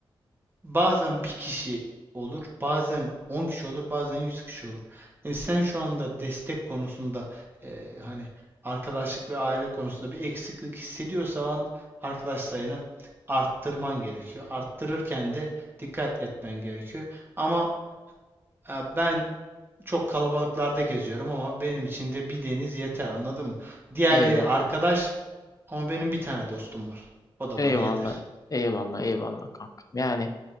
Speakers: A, on the right (about 25°); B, on the left (about 35°).
A: Bazen bir kişi olur, bazen 10 kişi olur, bazen 100 kişi olur. E sen şu anda destek konusunda e, hani arkadaşlık ve aile konusunda bir eksiklik hissediyorsan arkadaş sayını arttırman gerekiyor. Arttırırken de dikkat etmen gerekiyor. Ama e, ben çok kalabalıklarda geziyorum ama benim için de bir deniz yeter anladın mı? Diğerleri
B: Eyvallah.
A: arkadaş ama benim bir tane dostum var. O da
B: Eyvallah.
A: bana yeter.
B: Eyvallah, eyvallah kankam. Yani